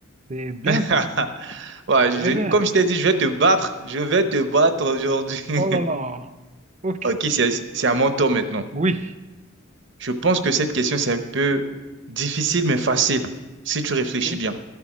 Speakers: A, on the right (about 35°); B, on the right (about 60°).
A: c'est bien
B: <laughs>
A: ça.
B: Ouais,
A: Très
B: je-
A: bien.
B: comme je t'ai dit, je vais te battre. Je vais te battre aujourd'hui. <laughs>
A: Oh là là. Ok.
B: Ok, c'est, c'est à mon tour maintenant.
A: Oui.
B: Je pense que cette question, c'est un peu difficile, mais facile, si tu réfléchis
A: Ok.
B: bien.